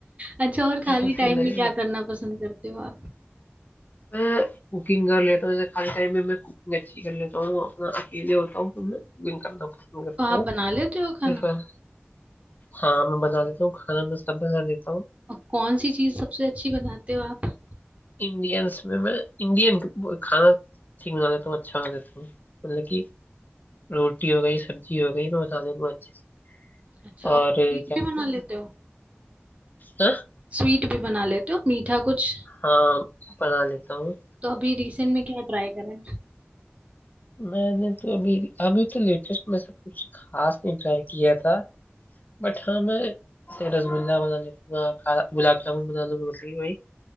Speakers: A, on the right; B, on the left.
A: अच्छा और खाली
B: ऐसा सीन
A: टाइम
B: है
A: में क्या करना पसंद करते हो
B: मैं कुकिंग कर लेता हूँ जैसे खाली टाइम में मैं कुकिंग अच्छी कर लेता हूँ अपना अकेले होता हूँ तो मैं कुकिंग करना पसंद करता
A: तो आप
B: हूँ
A: बना लेते हो
B: प्रिफर
A: खाना
B: हाँ मैं बना लेता हूँ खाना मैं सब बना लेता हूँ
A: और कौन सी चीज सबसे अच्छी बनाते हो आप
B: इंडियंस में मैं इंडियन खाना ठीक बना लेता हूँ अच्छा बना लेता हूँ मतलब कि रोटी हो गई सब्जी हो गई मैं बता दूंगा अच्छे से
A: अच्छा
B: और
A: स्वीट
B: क्या
A: भी
B: बोलते
A: बना लेते हो
B: हैं
A: स्वीट भी बना लेते हो मीठा कुछ
B: हाँ हाँ, बना लेता हूँ
A: तो अभी रिसेंट में क्या ट्राई करा है
B: मैंने तो अभी अभी तो लेटेस्ट में सब कुछ खास नहीं ट्राई किया था बट हाँ मैं जैसे रसगुल्ला बना लेता काला गुलाब जामुन बना लूंगा मतलब कि वही